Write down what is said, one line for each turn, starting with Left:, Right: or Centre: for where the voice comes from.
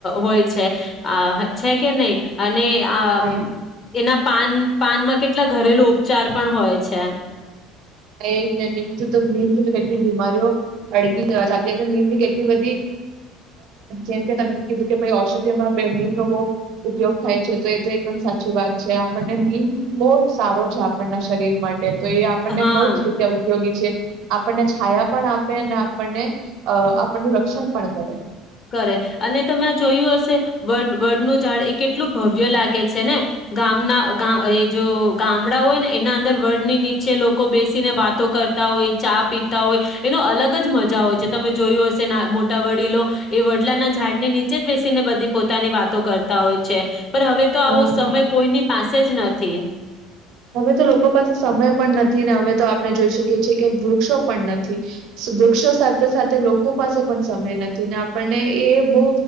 Left: હોય છે છે કે નહીં અને આ
Right: હા
Left: એના પાન પાનમાં કેટલા ઘરેલુ ઉપચાર પણ હોય છે.
Right: હા એમથી નીમથી તો કેટલી બીમારીઓ અડગી ચાલી છે. નીમની કેટલી બધી જેમકે તમે કીધું કે ઔષધિમાં નીમનો બહ ઉપયોગ થાય છે તો એ તો એકદમ સાચી વાત છે આપણને નીમ બહુ સારો છે. આપણના શરીર માટે. તો એ આપણને
Left: હા
Right: બહુ જ રીતે ઉપયોગી છે. આપણને છાયા પણ આપે અને આપણને આપણનું રક્ષણ પણ કરે.
Left: કરે અને તમે આ જોયું હશે વડનું ઝાડ એ કેટલું ભવ્ય લાગે છે ને ગામના એ જો ગામડા હોય ને એના અંદર વડની નીચે લોકો બેસીને વાતો કરતા હોય, ચા પીતા હોય એનો અલગ જ મજા હોય છે તમે જોયું હશે ના મોટા વડીલો એ વડલાના ઝાડની નીચે જ બેસીને બધી પોતાની વાતો કરતા હોય છે. પણ હવે તો આવો
Right: હા
Left: સમય કોઈની પાસે જ ન ચીન.
Right: હવે તો લોકો પાસે સમય પણ નથી. હવે તો આપણે જોઈ શકીએ છીએ કે વૃક્ષો પણ નથી. વૃક્ષો સાથે સાથે લોકો પાસે પણ સમય નથી ને આપણને એ બો